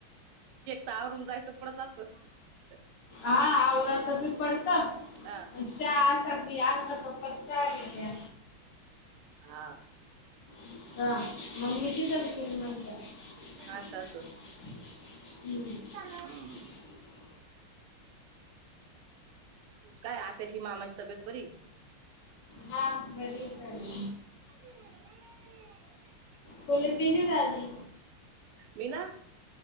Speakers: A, on the right; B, on the left.
A: तावरून जायचं पडत असल्
B: आ आवरा त्ी पडता
A: हा
B: चहा असा पी आता का तप्पत चा घेत्या
A: हा
B: हा मग
A: असं
B: मी
A: असं
B: <unintelligible>
A: हम्म काय आत्याची मामाची तब्येत बरी
B: हा बरी चाले
A: <unintelligible>
B: तु लिपीचीी गादी
A: मी ना